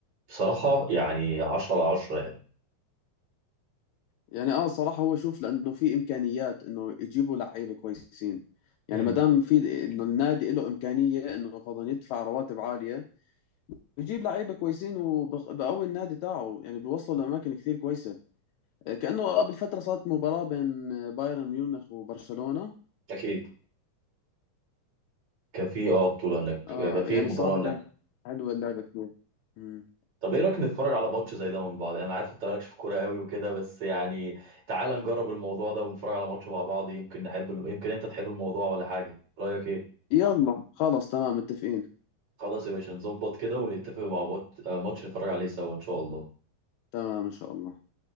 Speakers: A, on the right; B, on the left.
A: بصراحه يعني 10 على 10 يعني
B: يعني اه صراحة هو شوف لانه في امكانيات انه يجيبوا لعيبة كويسين يعني
A: امم
B: ما دام في انه النادي له امكانية انه فضلا يدفع رواتب عالية يجيب لعيبة كويسين وبقوي النادي تاعه يعني بيوصلوا لاماكن كثير كويسة كأنه قبل فترة صارت مباراة بين بايرن ميونخ وبرشلونة
A: اكيد كان في اه بطوله هناك كان
B: آه
A: في
B: يعني
A: مباراه
B: صراحة
A: هناك
B: كانت حلوة اللعبة كتير مم.
A: طب ايه رايك نتفرج على ماتش زي ده من بعض يعني انا عارف انت مالكش في كوره قوي وكده بس يعني تعال نجرب الموضوع ده ونتفرج على ماتش مع بعض يمكن نحب الم... يمكن انت تحب الموضوع ولا حاجه رايك ايه
B: يلا خلاص تمام متفقين
A: خلاص يا باشا نظبط كده ونتفق مع بعض- آه، ماتش نتفرج عليه سوا ان شاء الله
B: تمام إن شاء الله